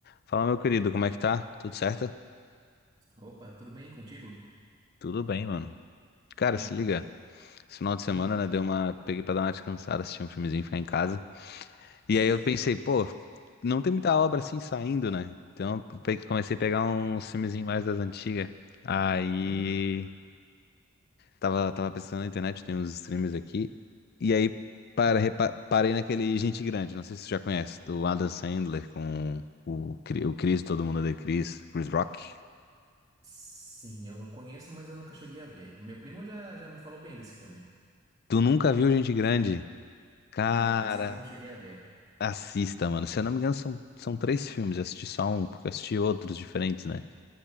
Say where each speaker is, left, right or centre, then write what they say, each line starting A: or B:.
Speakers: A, on the left (about 50°); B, on the right (about 25°).
A: Fala, meu querido, como é que tá? Tudo certo?
B: Opa, tudo bem contigo?
A: Tudo bem, mano. Cara,
B: Hum,
A: se liga. Esse final de semana,
B: hum,
A: né, deu uma... Peguei pra dar uma descansada, assistir um filmezinho, ficar em casa. E
B: sei.
A: aí eu pensei, pô, não tem muita obra assim saindo, né? Então eu pe- comecei a pegar uns filmezinhos mais das antigas. Aí...
B: Hum,
A: Tava, tava pesquisando na internet, tem uns streams aqui. E aí para, repa- parei naquele Gente Grande, não sei se você já conhece, do Adam Sandler com o, Cri- o Chris, todo mundo odeia Chris, Chris Rock.
B: sim, eu conheço, mas eu nunca cheguei a ver. Meu primo já, já me falou bem desse filme.
A: Tu nunca viu Gente Grande? Cara,
B: Não, esse ainda não cheguei a ver.
A: assista, mano. Se eu não me engano, são, são três filmes. Eu assisti só um, porque eu assisti outros diferentes, né?